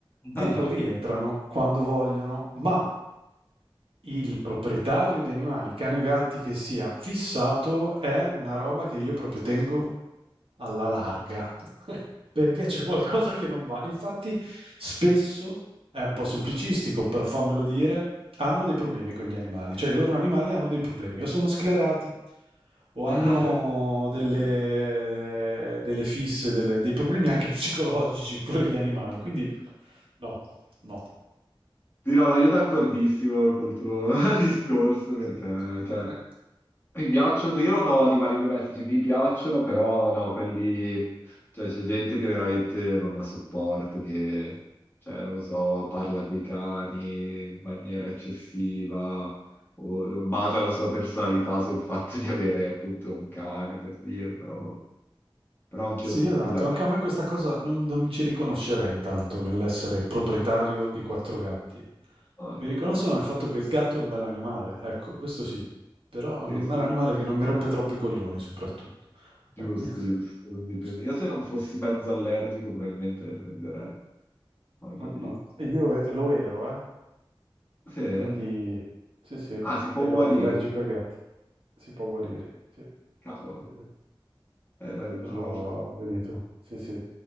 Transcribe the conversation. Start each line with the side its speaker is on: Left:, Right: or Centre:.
Left: Madò.
Right: e poi rientrano quando vogliono, ma il proprietario di animali, cani o gatti che sia fissato, è una roba che io proprio tengo alla larga, <laughs> perché c'è qualcosa che non va. Infatti, spesso è un po' semplicistico, però fammelo dire, hanno dei problemi con gli animali, cioè i loro animali hanno dei problemi, o sono sclerati,
Left: <laughs> Sì.
Right: o hanno
Left: Madò.
Right: delle, delle fisse, delle- dei problemi anche psicologici, pure gli animali, quindi no, no.
Left: Sì, no, no, io d'accordissimo col tuo <laughs> discorso
Right: <laughs>
Left: perché, cioè, Mi piacciono, io non ho animali domestici, mi piacciono, però no, quelli, cioè c'è gente che veramente non la sopporto, che, cioè, non lo so, parla coi cani in maniera eccessiva, o basa la sua personalità sul fatto di avere appunto un cane, per dire, però, però anch'io
Right: Sì,
Left: sono
Right: esatto,
Left: più da gatto.
Right: anche a me questa cosa non, non mi ci riconoscerei intanto nell'essere proprietario di quattro gatti.
Left: No,
Right: Mi riconosco
Left: no.
Right: nel fatto che il gatto è un bel animale, ecco, questo sì, però è un
Left: Sì, sì.
Right: bel animale che non mi rompe troppo i coglioni, soprattutto.
Left: Giusto,
Right: <laughs>
Left: giusto. Quindi prende- Io se non fossi mezzo allergico probabilmente le prenderei, ma capito.
Right: Ah, ah. E Io eh, lo ero, eh,
Left: Sì, eh?
Right: quindi sì, sì,
Left: Ah, si può
Right: ero
Left: guarire,
Right: allergico
Left: quindi,
Right: ai gatti, si può guarire, sì,
Left: cavolo,
Right: sì, sì.
Left: è raggiosa.
Right: Però, vedi tu, sì, sì.